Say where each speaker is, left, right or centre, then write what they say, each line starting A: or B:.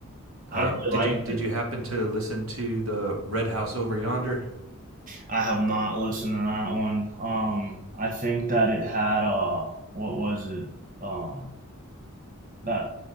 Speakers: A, on the right (about 70°); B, on the right (about 40°).
A: Um,
B: I really
A: did
B: liked
A: you did
B: it.
A: you happen to listen to the Red House over yonder,
B: I have not listened to that one. Um, I think that it had uh, what was it? Uh, that